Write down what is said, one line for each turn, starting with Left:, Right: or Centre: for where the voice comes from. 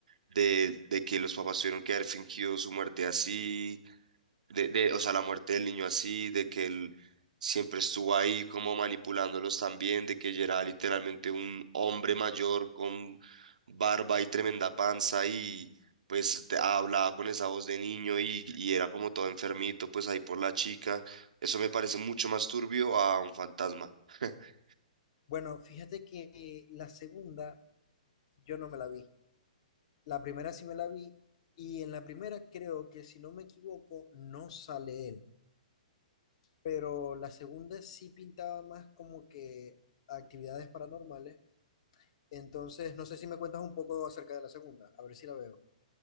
Right: de, de que los papás tuvieron que haber fingido su muerte así de, de, o sea, la muerte del niño así, de que él siempre estuvo ahí como manipulándolos también, de que ella era literalmente un hombre mayor con barba y tremenda panza y pues te- hablaba con esa voz de niño y, y era como todo enfermito, pues ahí por la chica. Eso me parece mucho más turbio a un fantasma. <laughs>
Left: Bueno, fíjate que la segunda yo no me la vi. La primera sí me la vi y en la primera creo que si no me equivoco no sale él. pero la segunda sí pintaba más como que actividades paranormales. Entonces, no sé si me cuentas un poco acerca de la segunda, a ver si la veo.